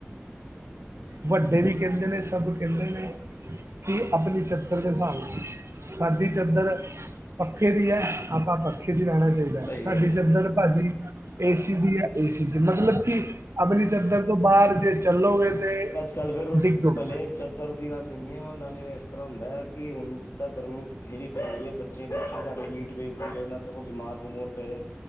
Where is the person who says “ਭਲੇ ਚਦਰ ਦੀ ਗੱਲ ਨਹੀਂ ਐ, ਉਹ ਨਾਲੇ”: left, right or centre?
Left